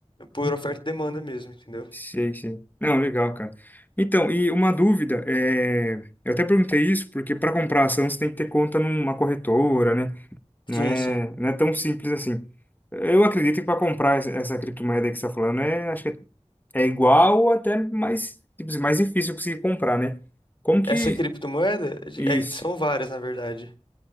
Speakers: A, on the left (about 45°); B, on the left (about 15°).
A: por oferta e demanda mesmo, entendeu?
B: Sei, sei. Não, legal, cara. Então, e uma dúvida, é... eu até perguntei isso porque para comprar ação você tem que ter conta numa corretora, né?
A: Sim,
B: Não é,
A: sim.
B: não é tão simples assim. Eu acredito que para comprar essa essa criptomoeda aí que você está falando, é, acho que é é igual ou até mais, tipo, assim, mais difícil conseguir comprar, né? Como que.
A: Essa criptomoeda, de-
B: Isso.
A: aí são várias, na verdade.